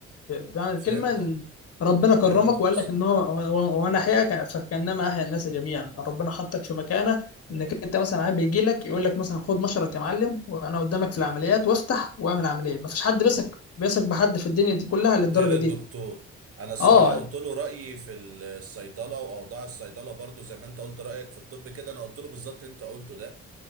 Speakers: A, on the left; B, on the right.
A: ب- بمعنى
B: اه، فهمتك
A: الكلمه إن ربنا كرمك
B: فهمتك
A: وقال
B: الصراحة
A: لك ان هو هو- وانا احياك فكانما احيا الناس جميعا
B: اه
A: ربنا
B: اه
A: حطك في مكانه
B: فهمت
A: انك انت مثلا عاد بيجي لك يقول لك مثلا خد مشرط يا معلم وانا قدامك في العمليات وافتح واعمل عمليه مفيش حد بيثق بيثق بحد في الدنيا دي كلها للدرجه
B: غير الدكتور
A: دي
B: انا الصراحه
A: اه
B: قلت له رايي في الصيدله واوضاع الصيدله برضو زي ما انت قلت رايك في الطب كده انا قلت له بالظبط انت قلته ده